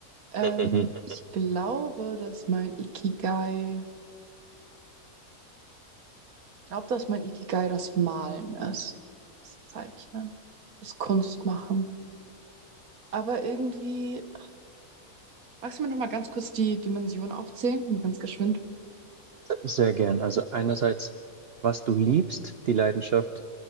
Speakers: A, on the right (about 75°); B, on the right (about 55°).
A: Ähm,
B: <laughs>
A: ich glaube, dass mein Ikigai, ich glaube, dass mein Ikigai das Malen ist. Das Zeichnen, das Kunstmachen. Aber irgendwie, magst du mir noch mal ganz kurz die Dimension aufzählen? Nur ganz geschwind.
B: Sehr gern. Also einerseits, was du liebst, die Leidenschaft,